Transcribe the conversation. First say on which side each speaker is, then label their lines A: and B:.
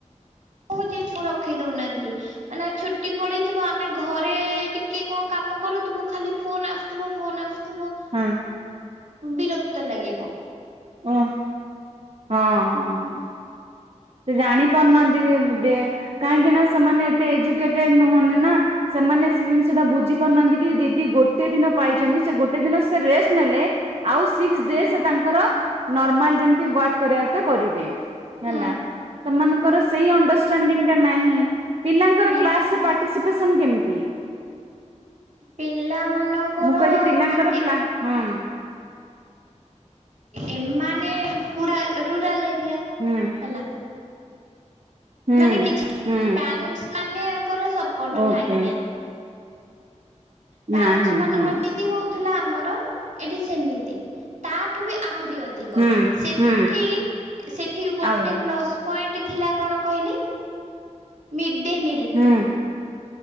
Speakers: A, on the right; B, on the right.
A: କହୁଛି ଛୁଆ ରଖି ଦଉନାହାନ୍ତି ମାନେ ଛୁଟି ପଡିଥିବ ଆମେ ଘରେ ଟିକେ କଣ କାମ କରୁଥିବୁ ଖାଲି ଫୋନ ଆସୁଥିବ ଫୋନ ଆସୁ ଥିବ
B: ହଁ
A: ବିରକ୍ତ ଲାଗିବ
B: ହ ହଁ ହଁ ହଁ ସେ ଜାଣି ପାରୁନାହାନ୍ତି ଯେ କାହିଁକି ନା ସେମାନେ ଏତେ ଏଜୁକେଟେଡ ନୁହନ୍ତି ନା ସେମାନେ ସେ ଜିନିଷ ଟା ବୁଝି ପାରୁନାହାନ୍ତି
A: ହୁଁ
B: କି ଦିଦି ଗୋଟେ ଦିନ ପାଇଛନ୍ତି ସେ ଗୋଟେ ଦିନ ସେ ରେଷ୍ଟ ନେଲେ ଆଉ ସିକ୍ସ
A: ହୁଁ
B: ଡେ ସେ ତାଙ୍କର ନର୍ମାଲ ଯେମିତି ୱାର୍କ କରିବା କଥା କରିବେ
A: ହୁଁ
B: ହେଲା ସେମାନଙ୍କର ସେଇ ଅଣ୍ଡରଷ୍ଟାଣ୍ଡିଙ୍ଗ ଟା ନାହିଁ ପିଲାଙ୍କର
A: ହୁଁ
B: କ୍ଲାସ
A: ହୁଁ
B: ରେ ପାର୍ଟିସିପେସନ କେମିତି
A: ପିଲାମାନଙ୍କର
B: ମୁଁ କହିଲି ପିଲାଙ୍କର
A: ପାଟି
B: ପ୍ଲା ହଁ
A: ଏମାନେ ପୁରା ରୁରାଲ ଏରିଆ
B: ହୁଁ
A: ହେଲା
B: ହୁଁ
A: ମାନେ କିଛି
B: ହୁଁ
A: ପ୍ୟାରେନଟ୍ସ ମାନେଙ୍କର ସପୋଟ
B: ଓକେ
A: ନାହିଁ ମେନ୍ ପ୍ୟାରେଣ୍ଟସ୍
B: ନାହିଁ
A: ମାନଙ୍କର
B: ହଁ
A: ଏମିତି ହଉ ଥିଲା ଆମର ଏଠି ସେମିତି ତାଠୁ ବି ଆହୁରି ଅଧିକ
B: ହୁଁ
A: ସେଠି
B: ହୁଁ
A: ସେଠି ଗୋଟେ
B: ଆହୁରି
A: ପ୍ଲସ୍ ପଏଣ୍ଟ ଥିଲା କଣ କହିଲେ ମିଡ୍ ଡେ ମିଲ୍।
B: ହୁଁ